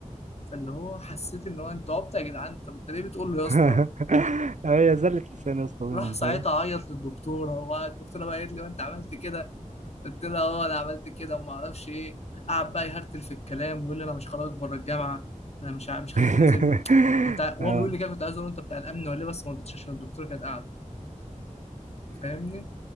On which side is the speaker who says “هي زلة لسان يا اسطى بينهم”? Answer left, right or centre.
Right